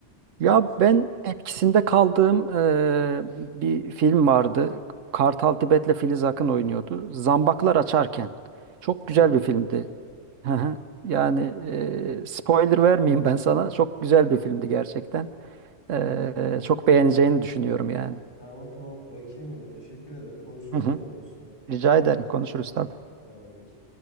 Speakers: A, on the right; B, on the left.
A: Ya
B: güzel
A: ben
B: olur.
A: etkisinde kaldığım eee, bir film vardı. Kartal Tibet'le Filiz Akın oynuyordu. Zambaklar Açarken. Çok
B: Zambaklar
A: güzel bir filmdi.
B: açarken.
A: Hı hı. Yani eee, spoiler vermeyeyim ben sana. Çok güzel bir filmdi gerçekten. Eee, çok beğeneceğini düşünüyorum yani.
B: Tamam tamam bakayım ona teşekkür ederim. Konuşuruz
A: Hı hı.
B: o zaman üstüne.
A: Rica ederim. Konuşuruz tabii.
B: Tamamdır.